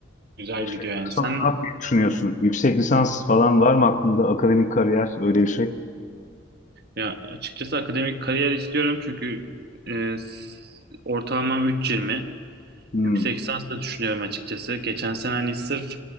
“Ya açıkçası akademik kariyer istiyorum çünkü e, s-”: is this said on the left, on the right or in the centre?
Right